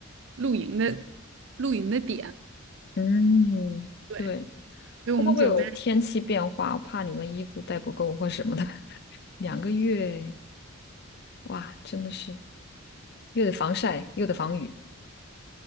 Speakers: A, on the right; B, on the left.
A: 露营的露营的点。
B: 嗯，
A: 对，
B: 对。
A: 所以我们准备
B: 会不会有天气变化？我怕你们衣服带不够或什么的。<laughs> 两个月，哇，真的是又得防晒又得防雨，